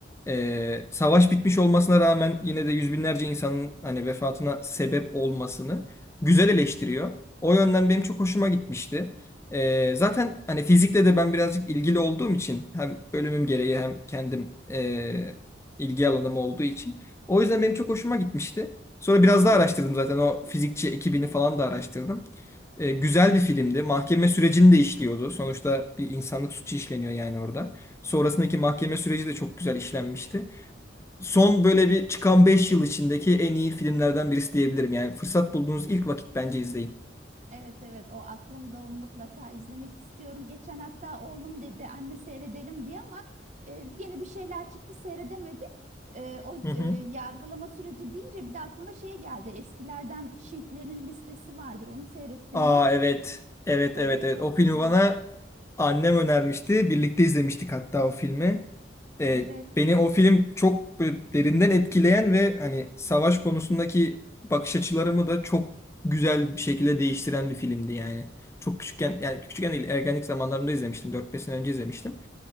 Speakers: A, on the left; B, on the right.
A: e, savaş bitmiş olmasına rağmen yine de yüz binlerce insanın hani vefatına sebep olmasını güzel eleştiriyor. O yönden benim çok hoşuma gitmişti. Ee, zaten hani fizikle de ben birazcık ilgili olduğum için hem bölümüm gereği hem kendim ee, ilgi alanım olduğu için. O yüzden
B: Evet.
A: benim çok hoşuma gitmişti. Sonra biraz
B: Hı hı.
A: daha araştırdım zaten o fizikçi ekibini falan da araştırdım. Ee, güzel bir filmdi. Mahkeme sürecini de işliyordu. Sonuçta bir insanlık suçu işleniyor yani orada. Sonrasındaki mahkeme süreci de çok güzel işlenmişti. Son böyle bir çıkan 5 yıl içindeki en iyi filmlerden birisi diyebilirim. Yani fırsat bulduğunuz ilk vakit bence izleyin.
B: Evet evet o aklımda onu mutlaka izlemek istiyorum. Geçen hatta oğlum dedi anne seyredelim diye ama e, yeni bir şeyler çıktı seyredemedik. E, o
A: Hı hı.
B: e, yargılama süreci deyince bir de aklıma şey geldi. Eskilerden Schindler'in listesi vardır. Onu seyrettin
A: Aa
B: mi?
A: evet. Evet
B: O
A: evet
B: da
A: evet.
B: çok
A: O filmi
B: güzel.
A: bana annem önermişti. Birlikte izlemiştik hatta o filmi. Ee,
B: Evet.
A: beni o film çok böyle derinden etkileyen ve hani savaş konusundaki bakış açılarımı da çok güzel bir şekilde değiştiren bir filmdi yani. Çok küçükken yani küçükken değil ergenlik zamanlarında izlemiştim. dört beş sene önce izlemiştim.